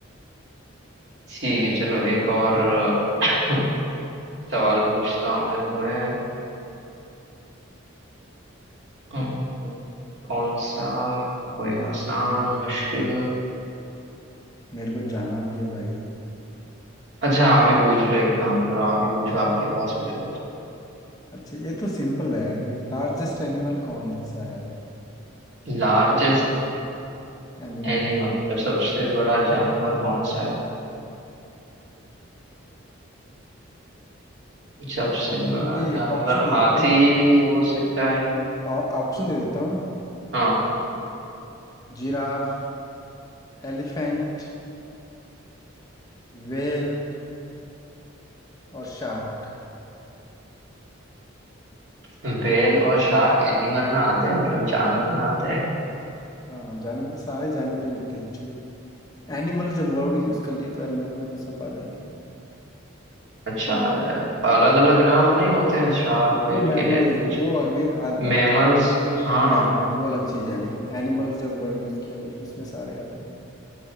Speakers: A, on the right; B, on the left.
A: ठीक है चलो एक और <coughs> सवाल पूछता हूँ मैं तुम्हें अम्म, कौन सा
B: जल्दी
A: कोई आसान
B: जल्दी होती
A: मुश्किल
B: है। मेरे को जाना भी है भाई
A: अच्छा आप ही पूछ लो एक काम करो आप ही पूछो आपके पास कुछ हो तो
B: अच्छा ये तो सिंपल है लार्जेस्ट एनिमल कौन सा है
A: लार्जेस्ट
B: एनिमल
A: एनिमल मतलब सबसे बड़ा जानवर कौन सा है सबसे
B: ऑप्शन
A: बड़ा
B: तो ये
A: जानवर
B: ऑप्शन दे
A: हाथी
B: देता हूँ
A: हो सकता है
B: और ऑप्शन दे देता हूँ
A: हाँ
B: जिराफ एलिफेंट वेल और शार्क
A: व्हेल और शार्क एनिमल में आते हैं मतलब जानवर में आते हैं
B: हाँ जानवर सारे जानवर ही होते हैं एक्चुअली एनिमल जब वर्ड यूज कर लिए तो एनिमल में तो सब आ जाएंगे
A: अच्छा अलग अलग नाम नहीं होते शार्क व्हेल
B: वो मैमल्स
A: के लिए तो कुछ
B: वो आगे आ, अलग
A: मैमल्स
B: होते हैं
A: हाँ
B: मैमल्स वो अलग चीज है लेकिन एनिमल जब वर्ड यूज किया तो फिर उसमें सारे आ जाएंगे